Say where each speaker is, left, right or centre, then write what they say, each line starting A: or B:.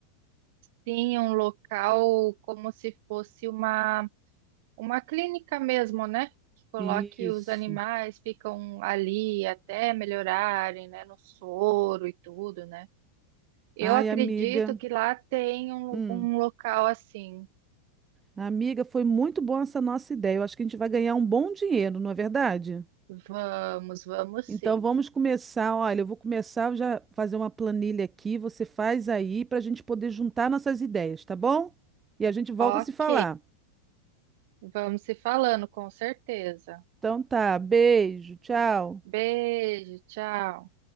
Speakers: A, on the right (about 50°); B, on the right (about 20°).
A: Sim, um local como se fosse uma, uma clínica mesmo, né? Que coloque
B: Isso.
A: os animais, ficam ali até melhorarem, né? No soro e tudo, né? Eu
B: Ai,
A: acredito
B: amiga.
A: que lá tem um,
B: Hum.
A: um local assim.
B: Amiga, foi muito boa essa nossa ideia. Eu acho que a gente vai ganhar um bom dinheiro, não é verdade?
A: Vamos, vamos
B: Então
A: sim.
B: vamos começar. Olha, eu vou começar eu já fazer uma planilha aqui. Você faz aí para a gente poder juntar nossas ideias, tá bom? E a gente volta
A: Ok,
B: a se falar.
A: vamos se falando, com certeza.
B: Então tá, beijo, tchau.
A: Beijo, tchau.